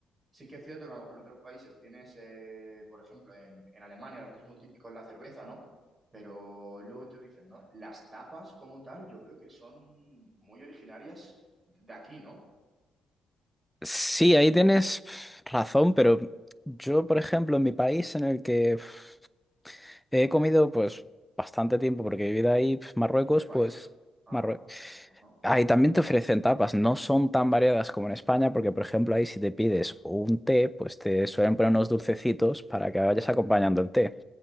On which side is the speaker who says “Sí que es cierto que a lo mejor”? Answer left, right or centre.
Right